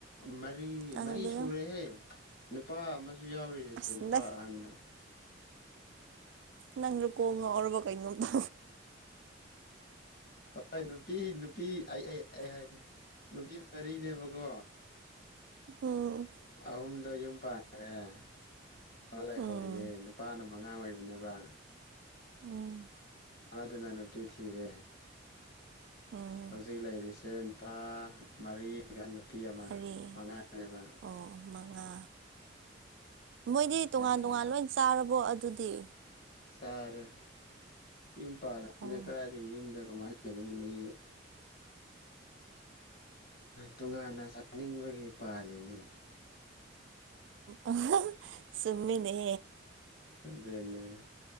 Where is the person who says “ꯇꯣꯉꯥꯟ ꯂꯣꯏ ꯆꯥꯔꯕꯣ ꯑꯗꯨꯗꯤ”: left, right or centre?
Right